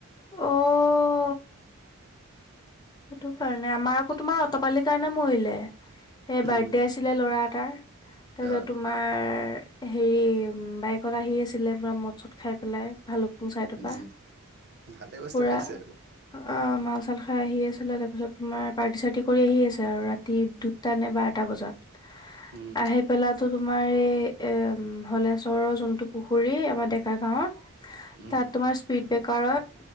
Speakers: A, on the left; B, on the right.
A: অ' সেইটো কাৰণে। আমাৰ আকৌ তোমাৰ অতপালিৰ কাৰণে মৰিলে হে বাৰ্থডে
B: উম
A: আছিলে ল'ৰা এটাৰ। তাপিছত
B: অ
A: তুম- আমাৰ হেৰি বাইকত আহি আছিলে পুৰা মদ চত খাই পেলাই ভালুক- চাই থকা
B: উম ভালে বস্তু
A: পুৰা
B: খাইছে আৰু
A: অঁ মাল চাল খাই আহি আছো। তাৰপিছত তোমাৰ পাৰ্টি চাৰ্টি কৰি আহি আছে আৰু ৰাতি দুটা নে বাৰটা বজাত।
B: উম'
A: আহি পেলাই টো তোমাৰ এই এ ধলেশ্বৰৰ যোনটো পুখুৰী আমাৰ ডেকা গাঁৱৰ-
B: উম
A: তাত তোমাৰ স্পীড বেকাৰত